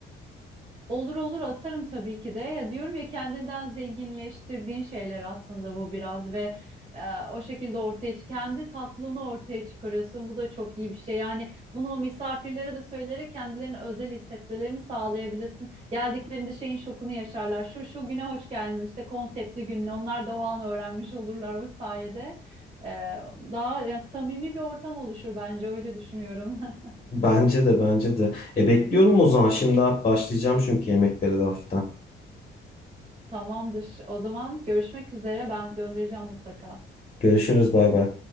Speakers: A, on the right; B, on the left.
A: Olur olur atarım tabii ki de. Ya diyorum ya kendinden zenginleştirdiğin şeyler aslında bu biraz ve e, o şekilde ortaya çık kendi tatlını ortaya çıkarıyorsun. Bu da çok iyi bir şey. Yani bunu o misafirlere de söyleyerek kendilerini özel hissetmelerini sağlayabilirsin. Geldiklerinde şeyin şokunu yaşarlar. Şu şu güne hoş geldiniz işte konseptli gününe. Onlar da o an öğrenmiş olurlar o sayede. E, daha yani samimi bir ortam oluşur bence öyle düşünüyorum. <laughs>
B: Bence de bence de. E bekliyorum o zaman. Şimdi at başlayacağım çünkü yemeklere de hafiften.
A: Tamamdır. O zaman görüşmek üzere. Ben göndereceğim mutlaka.
B: Görüşürüz bay bay.